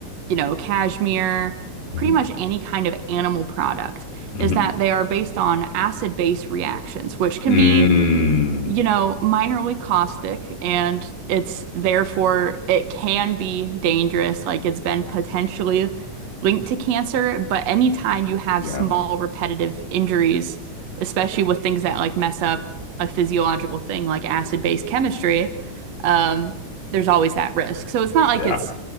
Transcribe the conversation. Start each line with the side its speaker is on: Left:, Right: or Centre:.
Right: you know, cashmere,
Left: hmm
Right: pretty much any kind of animal product,
Left: hmm
Right: is that they are based on acid-base reactions, which can
Left: Mm,
Right: be you know, minorly caustic and it's therefore it can be dangerous. Like it's been potentially linked to cancer, but anytime you have
Left: yeah,
Right: small repetitive injuries, especially with things that like mess up a physiological thing like acid-base chemistry, um, there's always that risk. So it's not like
Left: yeah,
Right: it's